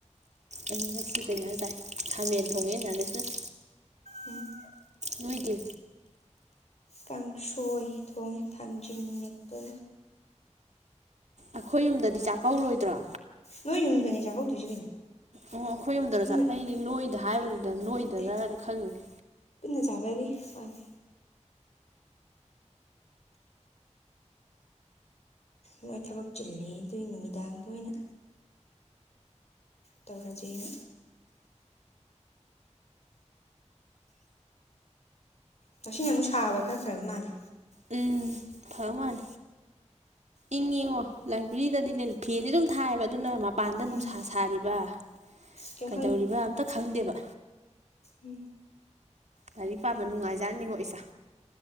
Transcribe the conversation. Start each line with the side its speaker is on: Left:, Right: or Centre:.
Right: ꯑꯅꯤꯃꯛꯀꯤ ꯀꯩꯅꯣ ꯍꯥꯏ ꯇꯥꯏ ꯈꯥꯃꯦꯟ ꯊꯣꯡꯉꯦ ꯑꯗꯨꯗꯁꯨꯅ
Left: ꯎꯝ
Right: ꯅꯣꯏꯗꯤ
Left: ꯀꯥꯡꯁꯣꯏ ꯊꯣꯡꯉꯦ ꯊꯥꯡꯖꯤꯡ ꯃꯠꯄ
Right: ꯑꯩꯈꯣꯏ ꯌꯨꯝꯗꯗꯤ ꯆꯥꯛꯀꯧꯔꯣꯏꯗ꯭ꯔꯣ
Left: ꯅꯣꯏ ꯌꯨꯝꯗꯅꯦ ꯆꯥꯛꯀꯧꯗꯣꯏꯁꯦ ꯀꯩꯅꯣ
Right: ꯑꯣ ꯑꯩꯈꯣꯏ ꯌꯣꯝꯗꯗ
Left: ꯄꯨꯟꯅ
Right: ꯆꯠꯅꯗꯤ ꯅꯣꯏꯗ ꯍꯥꯏꯕꯗꯨꯗ ꯅꯣꯏꯗꯔ
Left: ꯅꯠꯇꯦ
Right: ꯈꯜꯂꯨꯨꯔꯦ
Left: ꯄꯨꯟꯅ ꯆꯥꯕꯒꯤ ꯋꯥꯅꯤ ꯃꯣꯏ ꯊꯕꯛ ꯆꯤꯜꯂꯤ ꯑꯗꯨꯏ ꯅꯨꯃꯤꯗꯥꯡꯗ ꯑꯣꯏꯅ ꯇꯧꯔꯁꯦ ꯉꯁꯤꯅ ꯑꯃꯨꯛ ꯁꯥꯕ ꯈꯔ ꯐ꯭ꯔꯕ ꯃꯥꯜꯂꯦ
Right: ꯎꯝ ꯐꯥꯃꯥꯟ ꯏꯪꯉꯡꯉꯣ ꯂꯥꯏꯕ꯭ꯔꯦꯔꯤꯗꯗꯤꯅꯦ ꯐꯦꯟꯗꯤ ꯑꯗꯨꯝ ꯊꯥꯏꯑꯕ ꯑꯗꯨꯅ ꯃꯄꯥꯟꯗ
Left: ꯎꯝ
Right: ꯅꯨꯡꯁꯥ ꯁꯥꯔꯤꯕ
Left: ꯀꯩꯝ
Right: ꯀꯩꯗꯧꯔꯤꯕ ꯑꯝꯇ ꯈꯪꯗꯦꯕ
Left: ꯎꯝ
Right: ꯂꯥꯏꯔꯤꯛ ꯄꯥꯕ ꯅꯨꯡꯉꯥꯏꯖꯥꯠꯅꯤꯡꯉꯣ ꯏꯥ